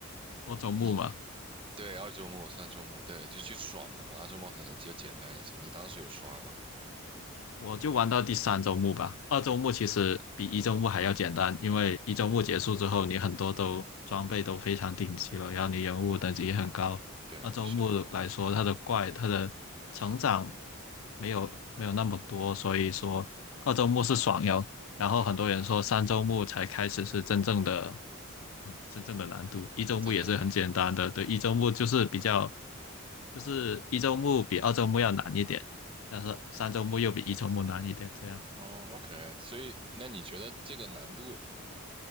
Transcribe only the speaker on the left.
多周目嘛。
我就玩到第三周目吧。二周目其实比一周目还要简单，因为一周目结束之后，你很多都装备都非常顶级了，然后你人物等级也很高。
二周目来说，
它的怪它的成长没有没有那么多，所以说二周目是爽游。然后很多人说三周目才开始是真正的
<laughs> 真正的难度。一周目也是很简单的，
对，一周目就是比较，就是一周目比二周目要难一点，但是三周目又比一周目难一点，这样